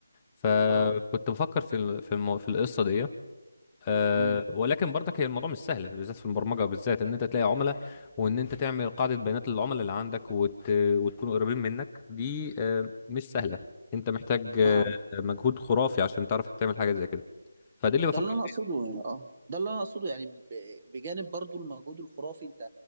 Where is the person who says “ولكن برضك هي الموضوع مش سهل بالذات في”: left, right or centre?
Left